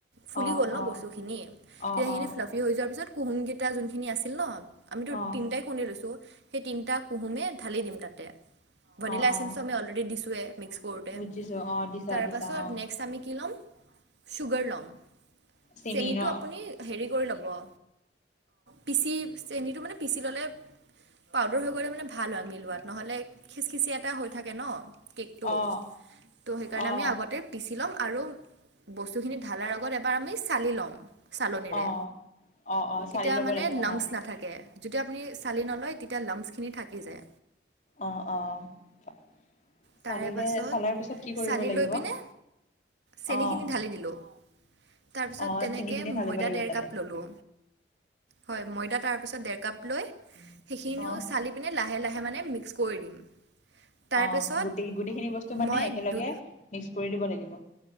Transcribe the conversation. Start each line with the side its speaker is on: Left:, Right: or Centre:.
Right: ফুলি
Left: অ
Right: গ'ল ন
Left: অ
Right: বস্তুখিনি তেতিয়া
Left: অ
Right: সেইখিনি
Left: অ
Right: ফ্ল ফ্লাফি হৈ যোৱাৰ পিছত কুহুমকেইটা যোন খিনি আছিল ন আমিতো
Left: অ
Right: তিনটাই কণী লৈছো সেই তিনটা কুহুমে ঢালি দিম তাতে ভেনিলাচেন্স
Left: অ অ
Right: আমি অলৰেডি দিছোৱেই মিক্স কৰোতে
Left: বুজিছোঁ অ দিছা
Right: তাৰ
Left: দিছা
Right: পাছত
Left: অ
Right: নেক্সট আমি কি ল'ম চুগাৰ ল'ম
Left: চেনি
Right: চেনীটো
Left: ন
Right: আপুনি হেৰি কৰি ল'ব অ পিচি চেনিটো মানে পিচি ল'লে পাউদাৰ হৈ গ'লে মানে ভাল হয় মিলোৱাত নহ'লে খিচখিচিয়া এটা হৈ থাকে ন কেকটো
Left: অ
Right: ত' সেইকাৰণে আমি
Left: অ
Right: আগতে পিচি ল'ম আৰু বস্তুখিনি ঢালাই ঢলাৰ আগত এবাৰ আমি চালি ল'ম চালনিৰে
Left: অ', অ', অ', চালি
Right: তেতিয়া
Left: ল'ব
Right: মানে
Left: লাগিব
Right: লামচ
Left: ন?
Right: নাথাকে যদি আপুনি চালি নল‌য় তেতিয়া লামচ খিনি থাকি যায়
Left: অ অ চালিলে
Right: তাৰে পাছত
Left: চালাৰ পিছত কি কৰিব
Right: চালি
Left: লাগিব
Right: লৈ পিনে চেনিখিনি
Left: অ',
Right: ঢালি দিলোঁ তাৰপিছত
Left: অ',
Right: তেনেকে
Left: চেনিখিনি ঢালিব
Right: ময়দা
Left: লাগিব
Right: ডেৰ
Left: তাতে।
Right: কাপ ললোঁ হয় ময়দা তাৰ পিছত ডেৰ কাপ লৈ সেইখিনিও
Left: অ',
Right: চালি পিনে লাহে লাহে মানে মিক্স কৰি দিম তাৰপিছত
Left: অ গোটেই গোটেইখিনি বস্তু মানে
Right: মই
Left: একেলগে
Right: দু
Left: মিক্স কৰি দিব লাগিব